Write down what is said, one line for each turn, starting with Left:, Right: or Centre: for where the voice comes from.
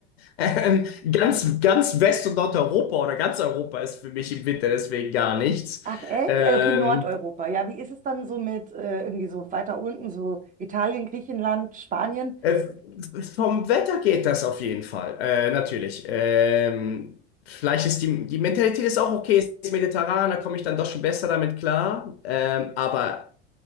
Left: ähm, ganz, ganz West- und Nordeuropa oder ganz Europa ist für mich im Winter deswegen gar nichts.
Right: Ach, echt?
Left: Ähm,
Right: Äh, Okay, Nordeuropa. Ja, wie ist es dann so mit äh, irgendwie so weiter unten, so Italien, Griechenland, Spanien?
Left: äh, vom Wetter geht das auf jeden Fall. Äh, natürlich. Ähm, vielleicht ist die, die Mentalität ist auch okay, ist mediterran, da komme ich dann doch schon besser damit klar. Ähm, aber